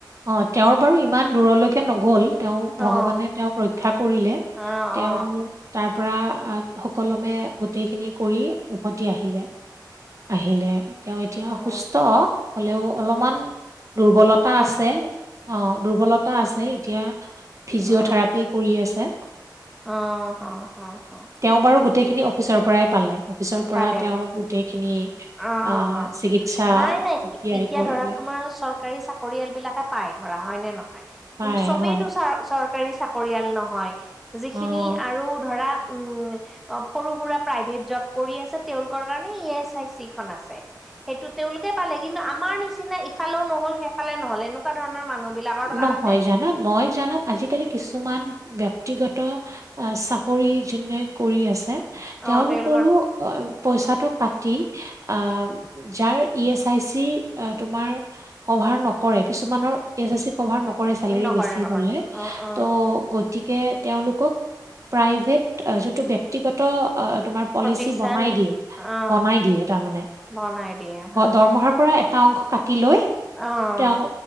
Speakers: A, on the right; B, in the centre.
A: অ' তেওঁৰ বাৰু ইমান দূৰলৈকে নগ'ল। তেওঁ
B: অ
A: ভগৱানে তেওঁক ৰক্ষা কৰিলে,
B: অ
A: তেওঁ
B: অ
A: তাৰ পৰা আ সুকলমে গোটেইখিনি কৰি উভতি আহিলে। আহিলে, তেওঁ এতিয়া
B: উম
A: সুস্থ হ'লেও অলপমান
B: উম
A: দুৰ্বলতা
B: সাৱধান
A: আছ ছে, অ' দুৰ্বলতা আছে এতিয়া ফিজিঅ
B: অ
A: থেৰাপি কৰি আছে।
B: অ', অ', অ', অ'।
A: তেওঁ বাৰু গোটেইখিনি অ অফিচৰ পৰাই পালে, অফিচৰ পৰা
B: পালে
A: তেওঁৰ গোটেইখিনি
B: অ',
A: আহ
B: হয় হয়।
A: চিকিৎসা
B: নাই, নাই
A: ব্যয়
B: এতিয়া
A: কৰিলে
B: ধৰা তোমাৰ চৰকাৰী চাক পৰিয়াল বিলাকে পাই ধৰা হয় নে নহয়,
A: হয়
B: কিন্তু চবেইটো
A: হয়
B: চাৰ চৰকাৰী চাকৰিয়াল নহয়, যিখিনি
A: অ'
B: আৰু ধৰা উম অ সৰু সুৰা প্ৰাইভেট জব কৰি আছে, তেওঁলোকৰ কাৰণে ই এছ আই চি খন আছে। সেইটো তেওঁলোকে পালে, কিন্তু আমাৰ নিচিনা ইফালেও নহ'ল সেইফালে নহল এনেকুৱা ধৰণৰ মানুহ বিলাকৰ কাৰণে
A: নহয় জানা মই জানা আজিকালি কিছুমান ব্যক্তিগত অ চাকৰি যোনে কৰি আছে
B: অ
A: তেওঁলোকৰো
B: তেওঁলোকৰ
A: পইছাটো কাটি আ যাৰ ই এচ আই চি তোমাৰ কভাৰ নকৰে, কিছুমানৰ এ চেচি কভাৰ নকৰে
B: উম
A: চেলৰী
B: নকৰে
A: বেছি
B: নকৰে
A: হলে,
B: অ অ
A: ত' গতিকে তেওঁলোকক প্ৰাইভেট যোনটো ব্যক্তিগত অঁ তোমাৰ পলিচি
B: প্ৰতিষ্ঠান
A: বনাই দিয়ে,
B: অ
A: বনাই দিয়ে তাৰমানে
B: বনাই দিয়ে হা
A: দৰমহাৰ পৰা কটা অংশ কাটি লৈ,
B: অ
A: তেওঁ